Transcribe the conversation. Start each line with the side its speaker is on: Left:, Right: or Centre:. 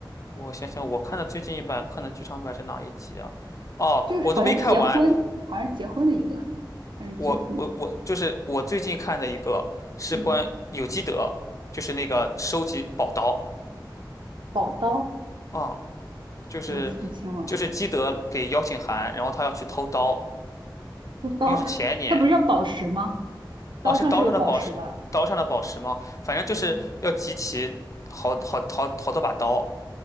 Left: 我想想，我看的最近一版《柯南》剧场版是哪一集啊？哦，
Right: 就是好像结婚，
Left: 我都没看完，
Right: 好像结婚的一个，反正最近的，
Left: 我我我就是我最近看的一个是关有基德，
Right: 嗯，
Left: 就是那个收集宝刀
Right: 宝刀
Left: 啊，就是
Right: 我记不清了，
Left: 就是基德给邀请函，然后他要去偷刀，
Right: 刀，
Left: 应该是前年
Right: 它不是叫宝石吗？刀上是有宝石吧？
Left: 啊，是刀上的宝石，刀上的宝石吗？反正就是要集齐好好好好多把刀，
Right: 嗯